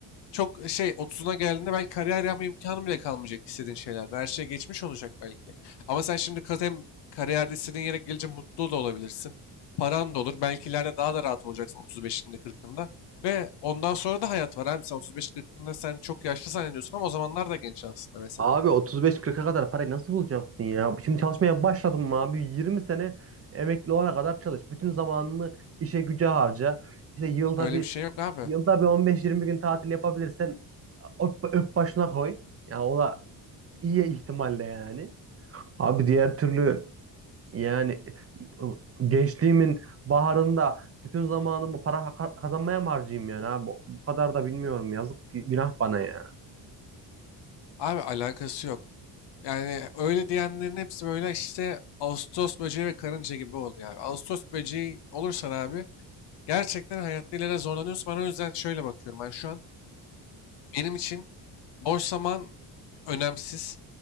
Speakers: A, on the left; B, on the right.
A: çok e, şey 30'una geldiğinde belki kariyer yapma imkanı bile kalmayacak istediğin şeylerde. Her şey geçmiş olacak belki. Ama sen şimdi kat- hem kariyerde istediğin yere gelince mutlu da olabilirsin. Paran da olur. Belki ileride daha da rahat olacaksın 35'inde 40'ında. Ve ondan sonra da hayat var abi. Sen 35-40'ında sen çok yaşlı zannediyorsun ama o zamanlar da genç aslında mesela.
B: Abi 35 kırka kadar parayı nasıl bulacaksın ya? Şimdi çalışmaya başladın mı abi? 20 sene emekli olana kadar çalış. Bütün zamanını işe güce harca. İşte yılda
A: Öyle
B: bir
A: bir şey yok abi.
B: yılda bir 15-20 gün tatil yapabilirsen öp, öp başına koy. Yani o da iyi ihtimalle yani. Abi diğer türlü yani ıı, gençliğimin baharında bütün zamanımı para ha- kazanmaya mı harcayayım yani abi? Bu kadar da bilmiyorum. Yazık günah bana ya.
A: Abi alakası yok. Yani öyle diyenlerin hepsi böyle işte Ağustos böceği ve karınca gibi oluyor. abi. Ağustos böceği olursan abi gerçekten hayatta ileride zorlanıyorsun. Ben o yüzden şöyle bakıyorum. Ben şu an benim için boş zaman önemsiz.